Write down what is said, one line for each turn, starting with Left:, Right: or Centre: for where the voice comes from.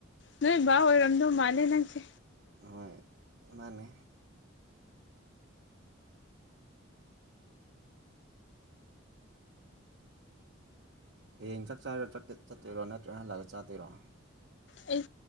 Left: ꯅꯣꯏ ꯕꯥ ꯑꯣꯏꯔꯝꯗꯧ ꯃꯥꯜꯂꯦ ꯅꯪꯁꯦ꯫
Right: ꯍꯣꯏ ꯃꯥꯅꯦ꯫ ꯍꯌꯦꯡ ꯆꯥꯛ ꯆꯥꯔ ꯆꯠ ꯆꯠꯇꯣꯏꯔꯣ ꯅꯠꯇ꯭ꯔꯒ ꯍꯜꯂꯛꯑꯒ ꯆꯥꯗꯣꯏꯔꯣ꯫
Left: ꯑꯩ